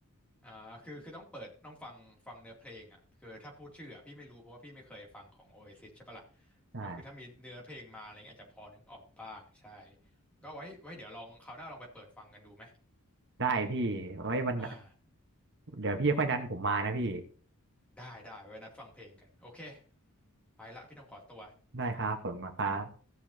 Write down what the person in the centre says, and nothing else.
อ่าคือคือต้องเปิดต้องฟังฟังเนื้อเพลงอ่ะคือถ้าพูดชื่ออ่ะพี่ไม่รู้เพราะว่าพี่ไม่เคยฟังของ Oasis ใช่ปะล่ะ
ก็คือถ้ามีเนื้อเพลงมาอะไรเงี้ยอาจจะพอนึกออกบ้างใช่ก็ไว้ไว้เดี๋ยวลองคราวหน้าลองไปเปิดฟังกันดูไหม
อ่า
ได้ได้ไว้นัดฟังเพลงกันโอเค ไปละพี่ต้องขอตัว